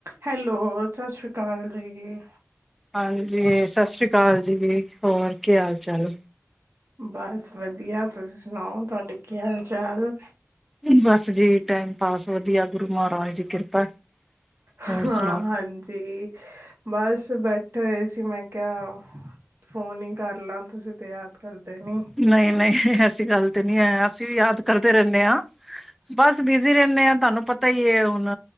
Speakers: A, on the right (about 55°); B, in the centre.
A: Hello ਸਤਿ ਸ੍ਰੀ ਅਕਾਲ ਜੀ
B: ਹਾਂਜੀ ਸਤਿ ਸ਼੍ਰੀ ਅਕਾਲ ਜੀ ਹੋਰ ਕੀ ਹਾਲ ਚਾਲ
A: ਬਸ ਵਧੀਆ ਤੁਸੀ ਸੁਣਾਓ ਤੁਹਾਡੇ ਕੀ ਹਾਲ ਚਾਲ
B: ਬਸ ਜੀ ਟਾਈਮ ਪਾਸ ਵਧੀਆ ਗੁਰੂ ਮਹਾਰਾਜ ਦੀ ਕਿਰਪਾ
A: ਹਾਂ
B: ਹੋਰ ਸੁਣਾਓ
A: ਹਾਂਜੀ ਬਸ ਬੈਠੇ ਹੋਏ ਸੀ ਮੈਂ ਕਿਹਾ ਫੋਨ ਹੀ ਕਰ ਲਾਂ ਤੁਸੀਂ ਤੇ ਯਾਦ ਕਰਦੇ ਨੀ।
B: ਨਹੀਂ ਨਹੀਂ ਐਸੀ ਗੱਲ ਤੇ ਨਹੀਂ ਹੈ ਅਸੀਂ ਵੀ ਯਾਦ ਕਰਦੇ ਰਹਿੰਦੇ ਹਾਂ ਬਸ ਬਿਜੀੀ ਰਹਿੰਦੇ ਹਾਂ ਤੁਹਾਨੂੰ ਪਤਾ ਹੀ ਹੁਣ